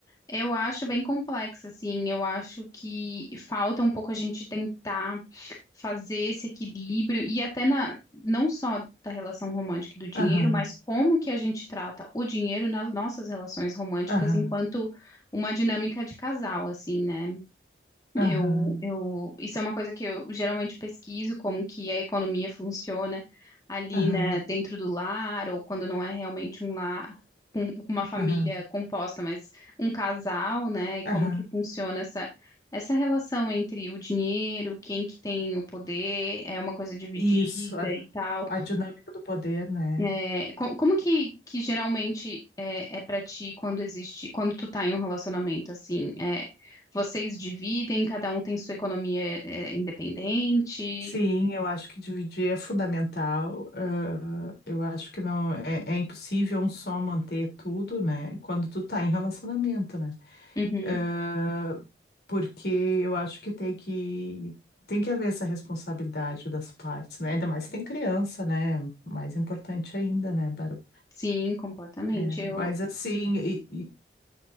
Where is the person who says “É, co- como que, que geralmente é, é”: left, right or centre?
Left